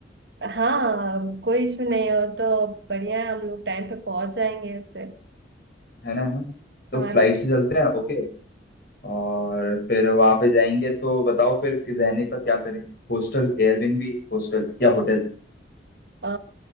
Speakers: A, on the right (about 60°); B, on the left (about 55°).
A: हाँ कोई इशू नहीं हो तो बढ़िया है हम लोग टाइम पे पहुंच जाएंगे उससे
B: है ना है ना तो
A: हाँ
B: फ्लाइट से चलते हैं ओके और फिर वहां पे जाएंगे तो बताओ फिर कि रहने का क्या करें हॉस्टल एयरबिनबी हॉस्टल या होटल
A: अ,